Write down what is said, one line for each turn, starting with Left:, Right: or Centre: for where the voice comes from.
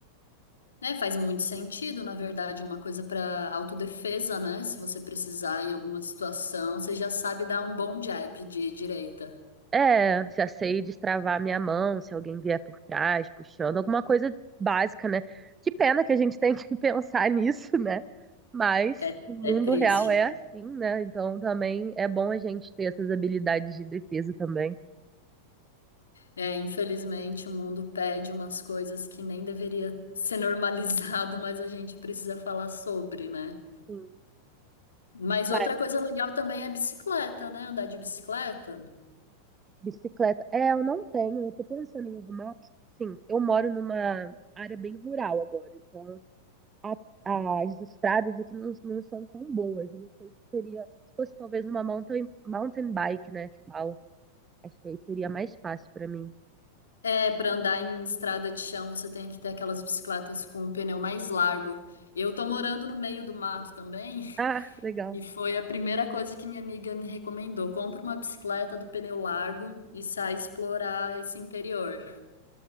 Left: É, faz muito sentido, na verdade, uma coisa para autodefesa, né? Se você precisar em alguma situação, você já sabe dar um bom jab de direita.
Right: É, já sei destravar minha mão se alguém vier por trás, puxando, alguma coisa básica, né? Que pena que a gente tem que <laughs> pensar nisso, né? Mas
Left: É,
Right: o mundo
Left: é triste.
Right: real é assim, né? Então também é bom a gente ter essas habilidades de defesa também.
Left: É, infelizmente, o mundo pede umas coisas que nem deveria ser <laughs> normalizado, mas a gente precisa falar sobre, né?
Right: Sim.
Left: Mas
Right: Mas
Left: outra coisa legal também é bicicleta, né? Andar de bicicleta.
Right: bicicleta, é, eu não tenho, eu tô pensando em arrumar. Sim, eu moro numa área bem rural agora, então a- as estradas aqui não, não são tão boas. Eu não sei se seria, se fosse talvez uma mountain, mountain bike, né, que fala. Acho que aí seria mais fácil pra mim.
Left: É, para andar em estrada de chão, você tem que ter aquelas bicicletas com o pneu mais largo. Eu tô morando no meio do mato também.
Right: Ah, legal.
Left: E foi a primeira coisa que minha amiga me recomendou. Compra uma bicicleta do pneu largo e sai explorar esse interior.